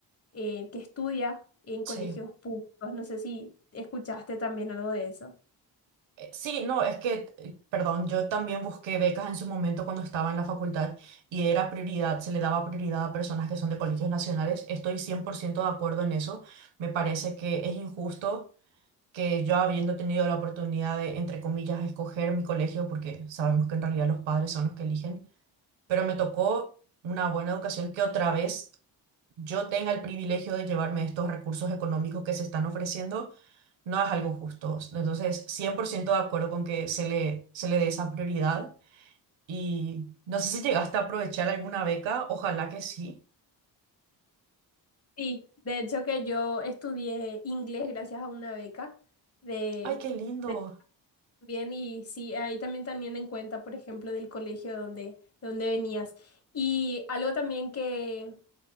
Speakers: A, on the left (about 30°); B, on the right (about 75°).
A: eh, que estudia en
B: Sí.
A: colegios públicos. No sé si escuchaste también algo de eso.
B: Eh, Sí, no, es que, eh, perdón, yo también busqué becas en su momento cuando estaba en la facultad y era prioridad, se le daba prioridad a personas que son de colegios nacionales. Estoy 100% de acuerdo en eso. Me parece que es injusto que yo habiendo tenido la oportunidad de, entre comillas, escoger mi colegio, porque sabemos que en realidad los padres son los que eligen pero me tocó una buena educación que otra vez yo tenga el privilegio de llevarme estos recursos económicos que se están ofreciendo, no es algo justo. Entonces, 100% de acuerdo con que se le, se le dé esa prioridad. Y no sé si llegaste a aprovechar alguna beca, ojalá que sí.
A: Sí, de hecho que yo estudié inglés gracias a una beca de,
B: Ay, qué lindo.
A: de también y sí, ahí también también en cuenta, por ejemplo, del colegio donde, donde venías. Y algo también que,